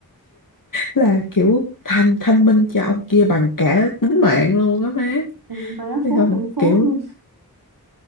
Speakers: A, on the left; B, on the right.
A: là kiểu thanh thanh minh cho ông kia bằng cả tính mạng luôn á má
B: Ôi, má
A: Thấy
B: phốt
A: không
B: trong phốt
A: kiểu
B: luôn